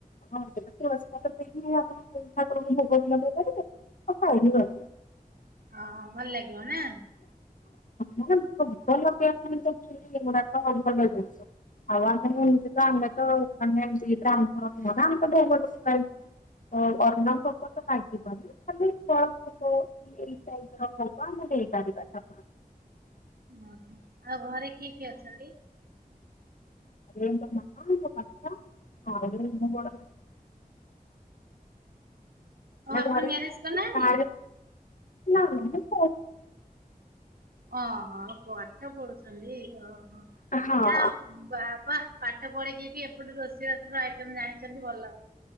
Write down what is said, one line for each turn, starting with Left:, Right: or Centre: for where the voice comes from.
Left: ହଁ ସେଟା ତୁଳସୀ ପତ୍ର ଦେଇକି ଆପଣ ଠାକୁରଙ୍କୁ ଭୋଗ ବି ଲଗେଇପାରିବେ। ଆଉ ଖାଇ ବି ପାରିବେ।
Right: ହଁ ଭଲ ଲାଗିବ ନା।
Left: ମାନେ ଭୋଗ ଲଗେଇବା ପାଇଁ ତ ଆକଚୁଆଲି ଏଗୁଡାକ ଭଲ ଜିନିଷ। ଆଉ ଆମେ ଏମିତିକା ଆମେ ତ ଆମେ ଦିଟା ଆମର <unintelligible> ଆ ଅର୍ଣ୍ଣ ଭୋଗ ତ ଲାଗିବନି ଖାଲି ଫଳ ଭୋଗ ଏଇ ଟାଇପର ଭୋଗ ଆମେ ଦେଇପାରିବା ଠା
Right: ଓହୋ ଆଉ ଘରେ କିଏ କିଏ ଅଛନ୍ତି?
Left: ଆଉଟ ମା ଏ ପପା ଆଉ ମୁ ବଡ।
Right: ଓ ଆପଣ
Left: ଘରେ
Right: ମ୍ୟାରେଜ କରିନାହାନ୍ତି?
Left: ଥାଏ। ନା ନା ମୁ
Right: ଓହୋ ପାଠ ପଢୁଛନ୍ତି ଓହୋ
Left: ହଁ
Right: ଯା ହୋଉ। ବାବା ପାଠ ପଢେଇିକି ବି ଏପଟେ ରୋଷେଇ ବାସର ଆଇଟମ ଜାଣିଛନ୍ତି ଭଲ